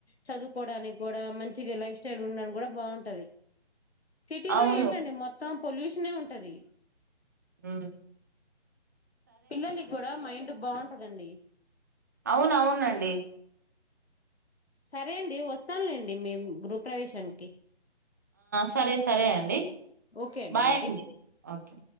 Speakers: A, on the left; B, on the right.
A: చదువు కోవడానికి కూడా మంచి లైఫ్ స్టైల్ ఉండడానికి కూడా బాగుంటది సిటీలో
B: అవును
A: ఏంటండి మొత్తం పొల్యూషనే ఉంటది
B: మ్మ్
A: పిల్లలి కూడా మైండ్ బాగ పదండి
B: అవున అవునండి
A: సరే అండి వస్తానులేండి మీ గృ ప్రవేశానికి
B: సరే సరే అండి
A: ఓకే
B: బాయ్
A: మరి
B: అండి ఓకే